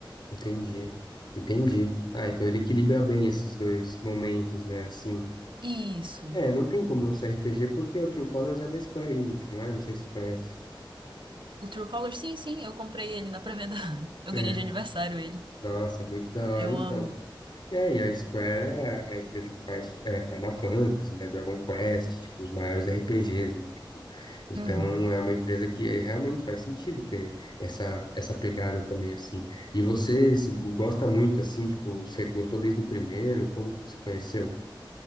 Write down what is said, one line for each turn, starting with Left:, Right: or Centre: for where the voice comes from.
Left: entendi. Entendi. Ah, então ele equilibra bem esses dois momentos, né? Assim.
Right: Isso.
Left: É, não tem como não ser RPG porque o True Colors é da Square Enix, não é? Não sei se você conhece.
Right: O True Color, sim, sim, eu comprei ele na pré-venda. <laughs> Eu
Left: É,
Right: ganhei de aniversário ele.
Left: nossa, muito da hora,
Right: Eu
Left: então.
Right: amo.
Left: É, e a Square é a empresa que faz é, Final Fantasy, né, Dragon Quest, tipo, os maiores RPGs, né, tipo, então
Right: Uhum.
Left: é uma empresa que é- realmente faz sentido ter essa, essa pegada também, assim, e você s- gosta muito, assim, tipo, você gostou desde o primeiro, como que você conheceu?